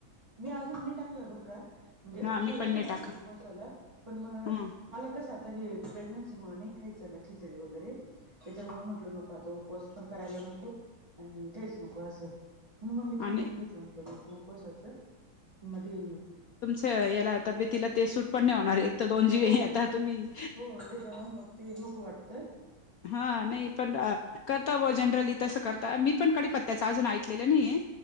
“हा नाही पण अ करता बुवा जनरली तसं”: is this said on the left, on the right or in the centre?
Left